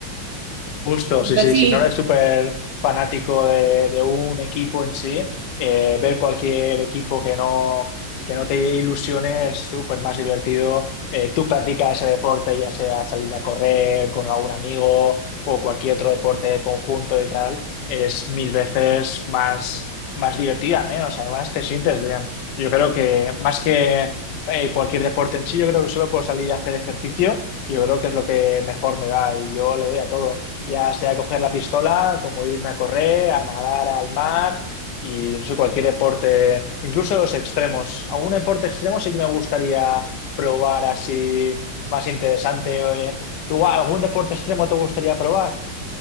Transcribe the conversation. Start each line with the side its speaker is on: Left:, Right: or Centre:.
Left: Justo, sí,
Right: No
Left: sí.
Right: sé
Left: Si
Right: si...
Left: no eres súper fanático de, de un equipo en sí, eh, ver cualquier equipo que no, que no te ilusione es súper más divertido. Eh, tú practicas ese deporte, ya sea salir a correr con algún amigo o cualquier otro deporte conjunto y tal, es mil veces más, más divertida, menos. Además, te sientes bien. Yo creo que más que eh, cualquier deporte en sí, yo creo que solo por salir a hacer ejercicio, yo creo que es lo que mejor me va y yo le doy a todo ya sea coger la pistola, como irme a correr, a nadar al mar y no sé, cualquier deporte, incluso los extremos. Algún deporte extremo sí que me gustaría probar así más interesante. eh. ¿Tú algún deporte extremo te gustaría probar?